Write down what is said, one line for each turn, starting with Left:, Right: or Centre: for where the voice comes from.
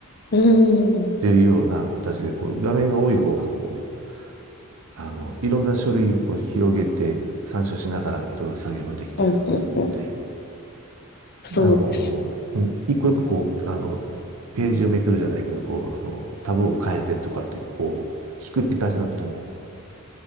Left: うーん。
Right: っていうような形で、こう、画面が多い方が、こう、あの、いろんな書類をこう広げて、参照しながらいろいろ作業ができたりとかするんで、
Left: うんうんうん、そうです。
Right: あの、うん一個一個こう、あの、ページをめくるじゃないけど、こう、あの、タブを変えてとかって、こう、ひっくり返さなくても